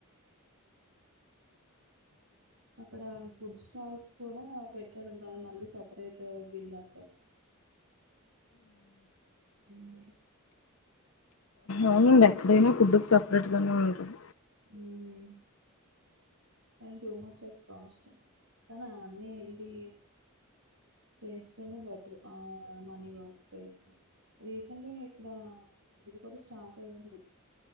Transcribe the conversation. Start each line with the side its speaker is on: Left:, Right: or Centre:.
Right: అక్కడ ఫుడ్ స్టాల్స్ కూడా పెట్టారుంట అది మళ్ళీ సపరేట్ బిల్ అంటగా ఉమ్
Left: అవునండి ఎక్కడైనా ఫుడ్కి సపరేట్గానే ఉంటది
Right: ఉహు కానీ టూ మచ్ ఆఫ్ కాస్ట్ కానీ అవన్నీ వెళ్ళి చేస్తేనే బెటర్ ఆ మనీ బాత్కైతే రీసెంట్గా ఇక్కడ ఇది కూడా స్టార్ట్ అయింది